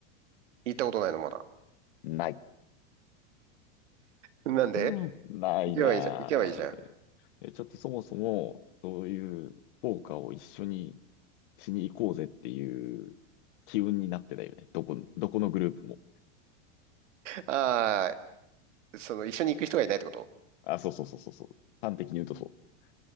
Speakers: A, on the right; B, on the left.
A: 行ったことないのまだ。
B: ない。
A: なんで
B: うんないなぁ。
A: 行けばいいじゃん。行けばいいじゃん。
B: えちょっとそもそも、そういう福岡を一緒にしに行こうぜっていう機運になってたよね。どこ、どこのグループも。
A: ああ、その、一緒に行く人がいないってこと
B: あ、そうそうそうそうそう。端的に言うとそう。